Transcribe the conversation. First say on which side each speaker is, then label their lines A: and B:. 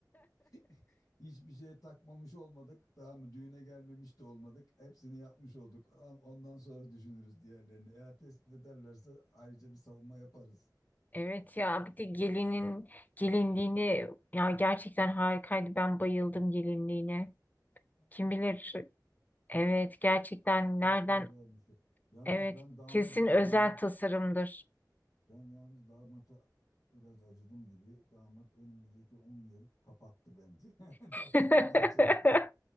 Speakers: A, on the left (about 55°); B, on the left (about 25°).
A: <laughs> Hiçbir şey takmamış olmadık. Daha mı düğüne gelmemiş de olmadık. Hepsini yapmış olduk. Am- Ondan sonra düşünürüz diğerlerini. Eğer tespit ederlerse ayrıca bir savunma yaparız.
B: Evet ya bir de gelinin gelinliğini ya gerçekten harikaydı. Ben bayıldım gelinliğine.
A: Ha,
B: Kim bilir
A: öyle mi?
B: evet gerçekten
A: Bak, kim bilir kaç
B: nereden
A: para vermişti. Yalnız
B: evet
A: ben damada
B: kesin özel
A: damat
B: tasarımdır.
A: ben yalnız damata biraz acıdım gibi. Damat önümüzdeki 10 yıl kapattı bence. <laughs> Taksit
B: <laughs>
A: ödeyecek.